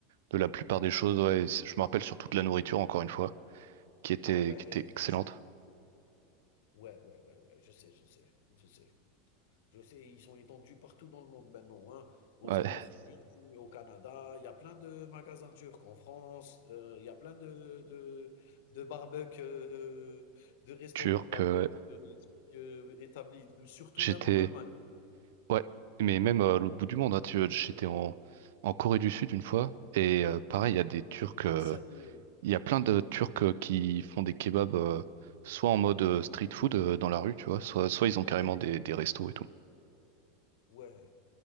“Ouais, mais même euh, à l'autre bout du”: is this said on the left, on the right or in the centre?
Right